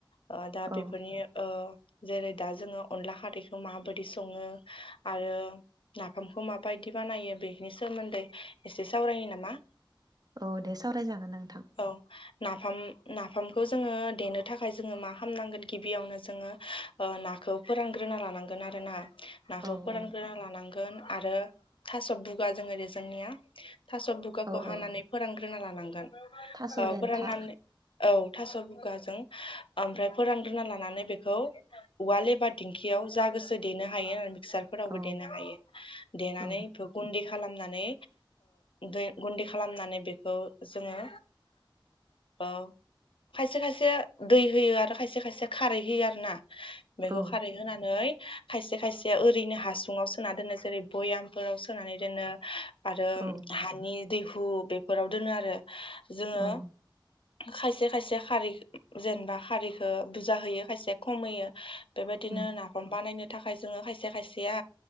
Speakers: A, on the left (about 85°); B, on the right (about 50°).
A: ओ दा
B: औ
A: बेफोरनि ओ जेरै दा जोङो अनला खारैखौ माबायदि सङो आरो नाफामखौ माबायदि बानायो बेनि सोमोन्दै एसे सावरायनि नामा?
B: औ दे सावरायजागोन नोंथां।
A: औ नाफाम नाफामखौ जोङो देनो थाखाय जोङो मा खालामामनांगोन गिबियावनो जोङो ओ नाखौ फोरानग्रोना लानांगोन आरो ना नाखौ
B: औ
A: फोरान
B: औ
A: ग्रोना लानांगो आरो थास' बुगाजों जोंनिया थास' बुगाखौ
B: औ
A: हानानै
B: औ
A: फोरान ग्रोना लानांगोन
B: थास'
A: औ
B: देन्था
A: फोराननानै औ थास' बुगाजों ओमफ्राय फोरानग्रोना लानानै बेखौ औवााल एबा दिंखियाव जा गोसो देनो हायो होननानै फिसारफोरावबो
B: औ
A: देनो हायो। देनानै
B: औ
A: बेखौ गुन्दै खालामनानै दै गुन्दै खालामनानै बेखौ जोङो ओ खायसे खायसे दै होयो आरो खायसे खायसे खारै होयो आरो ना बेखौ
B: औ
A: खारै होनानै खायसे खायसे ओरैनो हासुङाव सोना दोननाय ज जेरै भयामफोर सोनानै दोनो। आरो
B: औ
A: हानि दैहु बेफोराव दोनो आरो। जोङो
B: औ
A: खायसे खायसे खारि जेनेबा खारिखौ बुरजा होयो खायसेया खम होयो बेबायदिनो
B: उम
A: नाफाम बानायनो थाखाय जोङो खायसे खायसेया,